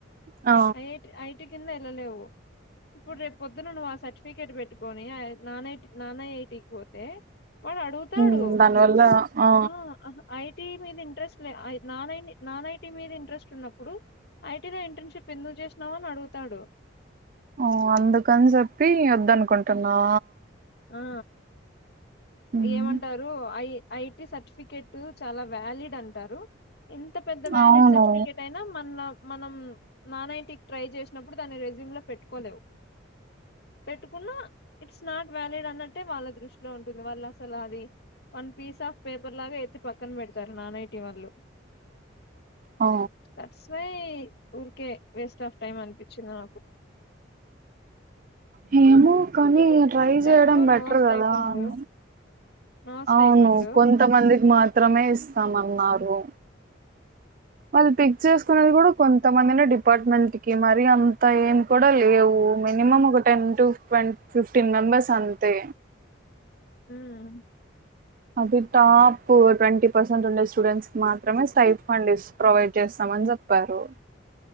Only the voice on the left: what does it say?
ఐఐటి ఐటీ కింద ఎల్ల లేవు. ఇప్పుడు రేప్పొద్దున నువా సర్టిఫ్ క్రికెట్ పెట్టుకొని I non I, non I I T కిపోతే వాడడుగుతాడు,
ఎందుకు
అహా హ్ ఐ టీ మీద ఇంట్రెస్ట్ లే ఐ నాన్ ఐటీ మీద ఇంట్రెస్ట్ ఉన్నప్పుడు ఐటీ లో ఇంటర్న్షిప్ ఎందుకు చేసినావని అడుగుతాడు.
ఆ
ఏమంటారు అయ్ ఐ టి సర్టిఫికెట్ చాల వ్యాలిడ్ అంటారు. ఇంత పెద్ద వ్యాలిడ్
సర్టిఫికెట్ అయినా, మన మనం నాన్ ఐ టీ కి ట్రై చేసినప్పుడు దాన్ని రెజ్యూమ్ లో పెట్టుకోలేవు. పెట్టుకున్న ఇట్స్ నాట్ వ్యాలిడ్ అన్నట్టే వాళ్ళ దృష్టిలో ఉంటుంది, వాళ్ళు అసలు అది వన్ పీస్ ఆఫ్ పేపర్ లాగా ఎత్తి పక్కన పెడతారు నాన్ ఐ టి వాళ్ళు.
థట్స్ వై ఊరికే వేస్ట్ ఆఫ్ టైమ్ అనిపిచింది నాకు.
దట్ టు
నో స్టైఫండ్
నో స్టైఫండ్
ఉమ్